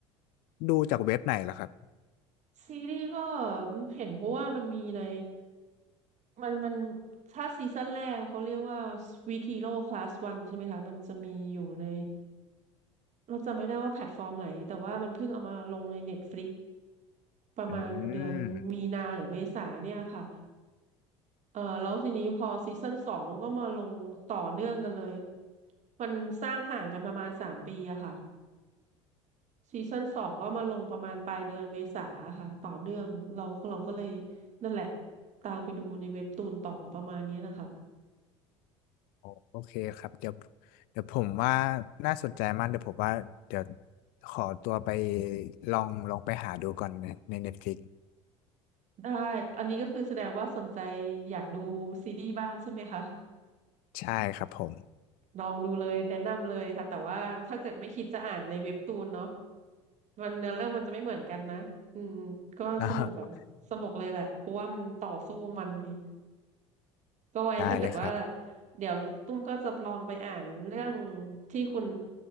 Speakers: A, on the left; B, on the right.
A: ดูจากเว็บไหนล่ะครับ
B: ซีรีส์ก็เห็นเพราะว่ามันมีในมันมันถ้าซีซั่นแรกเขาเรียกว่าวีค h โ r o คลาส s ันงใช่ไหมคะมันจะมีอยู่ในเราจำไม่ได้ว่าแพลตฟอร์มไหนแต่ว่ามันเพิ่งเอามาลงใน Netflix ประมาณเดือนมีนาหรือเมษาเนี่ยค่ะ
A: อืม
B: เออแล้วทีนี้พอซีซั่นสองมันก็มาลงต่อเนื่องกันเลยมันสร้างห่างกันประมาณสามปีอะค่ะซีซั่นสองก็มาลงประมาณปลายเดือนเมษาค่ะต่อเนื่องเราเราก็เลยนั่นแหละตามไปดูในเว็บตูนต่อประมาณนี้นะคะ
A: โอโอเคครับเดี๋ยวเดี๋ยวผมว่าน่าสนใจมากเดี๋ยวผมว่าเดี๋ยวขอตัวไปลองลองไปหาดูก่อนในใน Netflix
B: ได้อันนี้ก็คือแสดงว่าสนใจอยากดูซีรีส์บ้างใช่ไหมคะ
A: ใช่ครับผม
B: ลองดูเลยแนะนำเลยค่ะแต่ว่าถ้าเกิดไม่คิดจะอ่านในเว็บตูนเนาะ มันเนื้อเรื่องมันจะไม่เหมือนกันนะอืมก็สนุกอะสนุกเลยแหละเพราะว่ามันต่อสู้มันดี
A: <laughs> นะ
B: ก็ไว้ถ้าเกิดว่า
A: ได้เลยครับ
B: เดี๋ยวตุ้มก็จะลองไปอ่านเรื่องที่คุณ